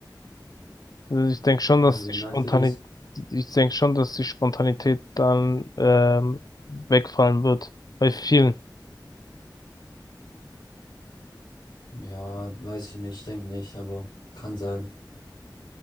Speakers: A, on the left; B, on the left.
A: Also ich denke schon,
B: Wie
A: dass die
B: meinst
A: Spontanität,
B: du das?
A: ich denke schon, dass die Spontanität dann ähm, wegfallen wird. Bei vielen.
B: Ja, weiß ich nicht, denke nicht, aber kann sein.